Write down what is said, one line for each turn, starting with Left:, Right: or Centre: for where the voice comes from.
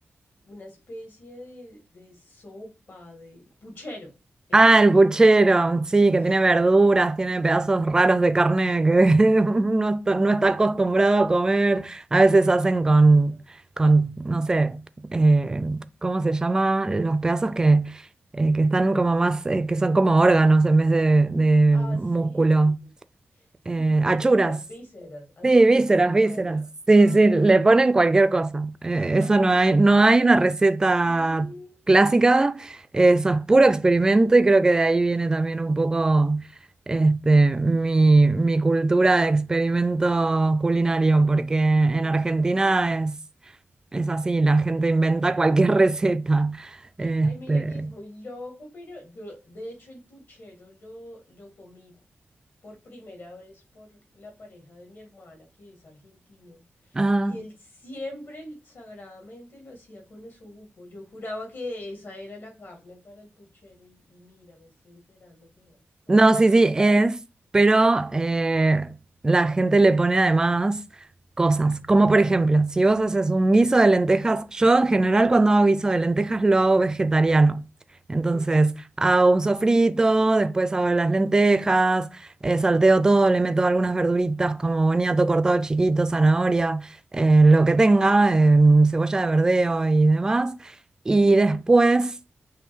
Left: una especie de, de sopa, de puchero, el
Right: Ah,
Left: puchero.
Right: el puchero, sí,
Left: Ajá,
Right: que tiene verduras, tiene pedazos raros de carne que <laughs> uno está- no
Left: ajá,
Right: está acostumbrado a comer. A veces hacen con,
Left: ta, ta.
Right: con no sé, eh, ¿cómo se llama? Los pedazos que, eh, que están como más, eh, que son como órganos en vez de, de
Left: Ah,
Right: músculo.
Left: sí, sí,
Right: Eh,
Left: sí,
Right: achuras.
Left: como las vísceras, achuras,
Right: Sí, vísceras, vísceras.
Left: buena.
Right: Sí,
Left: Ajá.
Right: sí, le ponen cualquier cosa. Eh,
Left: <laughs>
Right: eso no hay, no hay una receta
Left: Sí,
Right: clásica, eso es puro experimento y creo que de ahí viene también un poco este, mi, mi cultura de experimento culinario, porque en
Left: claro.
Right: Argentina es, es así, la gente inventa cualquier <laughs> receta. Este,
Left: Ay, mira que es muy loco, pero yo, de hecho, el puchero lo, lo comí por primera vez por la pareja de mi hermana, que es argentino.
Right: ah,
Left: Y él siempre l- sagradamente lo hacía con osobuco. Yo juraba que esa era la carne para el puchero y, y mira, me estoy enterando que no. <laughs>
Right: No, sí, sí, es, pero eh, la gente le pone además cosas, como por ejemplo, si vos haces un guiso de lentejas, yo en general cuando hago guiso de lentejas lo hago vegetariano. Entonces
Left: Ujú,
Right: hago un sofrito, después hago las lentejas, eh, salteo todo, le meto algunas verduritas como boniato cortado chiquito, zanahoria, eh, lo que tenga, em, cebolla de verdeo y demás. Y después